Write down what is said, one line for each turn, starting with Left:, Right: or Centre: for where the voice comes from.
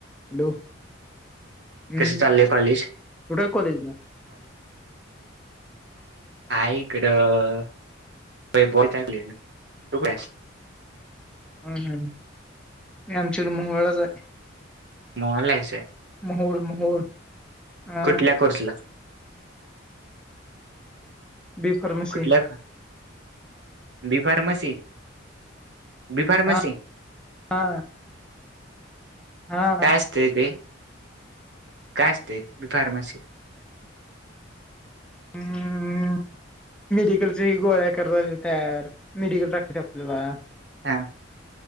Centre: हॅलो हम्
Right: कसं चाललंय कॉलेज
Centre: तटय कॉलेज ना
Right: आकडं बोलताय तकस
Centre: हम ह म आमच्या र मोहळाच आहे
Right: मलायच आहे
Centre: मोहोळ मोहोळ हा
Right: कुठल्या कोर्सला <inaudible>
Centre: ब फारमाेशी
Right: कुठल्या बी फारमसी बी फारमासी
Centre: हा हा हा
Right: काय असतय ते काच ते बिफार मस
Centre: ह मेडिकलच्या ह गोळ्या क तयार मेडिकल टाकाच आपल्याला
Right: हा